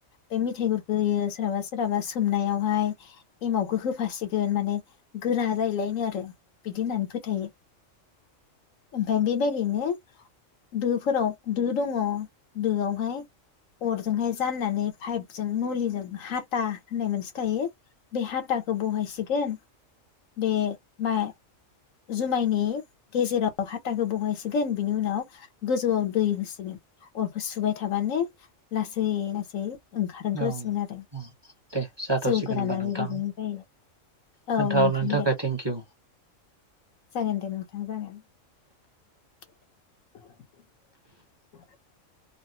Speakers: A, on the left (about 80°); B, on the right (about 25°).
A: बेे मेथाइ गुरखौ होयो सोरहाबा सोरहाबा सोमनायावहाय एमावखौ होफासिगोन माने गोरा जाहैलायनो आरो बिदि होननानै फोथायो ओमफ्राय बेबायदिनो दोफोराव दो दङ दोआवहाय अरजोंहाय जाननानै पाइपजों नलिजों हाथा होननाय मोनसे थायो। बे हाथाखौ बहायसिगोन गोन दे मा जुमायनि गेजेराव हाथाखौ बहायसिगोन बिनि उनाव गोजौआव दै होसिगोन अरखौ सुबाय थाबानो लासै लासै ओंखारग्रोसिगोन
B: औ
A: आरो
B: औ दे जाथ'सिगोन
A: जौ गोराना
B: होमबा नोंथां
A: बेबायदिनो जायो
B: खोन्थाहरनायनि
A: औ नोंथां
B: थाखाय
A: दे
B: थेंकिउ।
A: जागोन दे नोंथां जागोन। <unintelligible> <unintelligible>